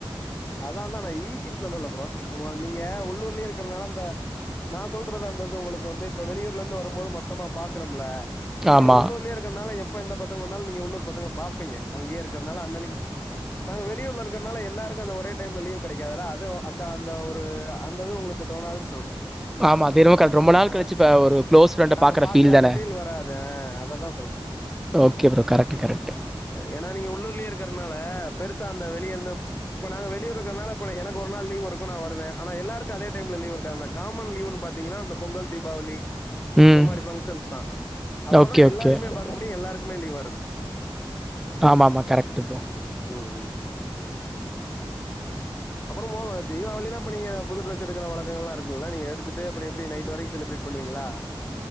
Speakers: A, on the left; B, in the centre.
A: அதான் தான் நான் ஈஸின்னு சொல்லல ப்ரோ நீங்க உள்ளூர்லயே இருக்கறதுனால அந்த நான் சொல்றது அந்தது உங்களுக்கு வந்து இப்ப வெளியூர்ல இருந்து வரும்போது மொத்தமா பாக்குறோம்ல இப்ப
B: ஆமாம்
A: நீங்க உள்ளூர்லயே இருக்கறனால எப்ப எந்த பசங்க இருந்தாலும் நீங்க உள்ளூர் பசங்கள பாப்பீங்க அங்கியே இருக்கிறனால அன்னைக்கு நாங்க வெளியூர் இருக்கறனால எல்லாரும் எல்லாருக்கும் ஒரே டைம்ல லீவ் கிடைக்காததுல்ல அது அந்த அந்த ஒரு அது உங்களுக்கு தோணாதுன்னு சொல்றேன்
B: ஆமாம் அது என்னமோ ரொம்ப நாள்
A: ஆ
B: கழிச்சு இப்போ ஒரு க்ளோஸ் ஃப்ரெண்டை
A: ஆ
B: பார்க்குற
A: பாக்கற அந்த
B: தானே
A: ஃபீல் வராது அததா சொல்லறே நா
B: ஓகே ப்ரோ கரெக்ட் கரெக்ட்
A: ஏனா நீங்க உள்ளூர்லயே இருக்கிறதுனால பெருசா அந்த வெளியருந்த இப்போ நா வெளியூர்ல இருக்கனால இப்ப எனக்கு ஒரு நாள் லீ்வுருக்கும் நா வருவேன் ஆனா எல்லாருக்கும் அதே டைம்ல லீ்வு இருக்கா காமன் லீவுனு பாத்தீங்கன்னா இந்த பொங்கல் தீபாவளி
B: ம்
A: இந்த மாதிரி ஃபங்க்ஷன்ஸ் தான் அப்பதான்
B: ஓகே
A: எல்லாரையுமே
B: ஓகே
A: பாக்க முடியும் எல்லாருக்குமே லீவாருக்கும்
B: ஆமாமா கரெக்டு ப்ரோ
A: ம் அப்புறம் தீபாவளிலாம் இப்ப நீங்க புது ட்ரெஸ் எடுக்கற வழக்க இருக்குங்கல்ல நீங்க எடுத்துட்டு அப்றம் எப்டி நைட்டு வரைக்கும் செலிப்ரட் பண்ணுவீங்களா